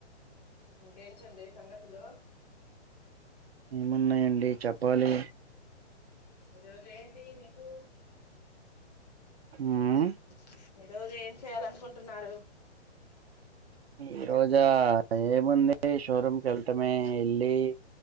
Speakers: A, on the left (about 35°); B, on the right (about 60°).
A: ఇంకేంటండి సంగతులు
B: ఏమున్నాయండి డి చప్పాలి
A: ఈరోజు ఏంటి మీకు
B: ఉమ్
A: <inaudible> ఈ రోజు ఏం చేయాలనుకుంటున్నారు
B: ఈ రోజా ఏముంది షోరూమ్ కె వెళ్తామే ఎల్లి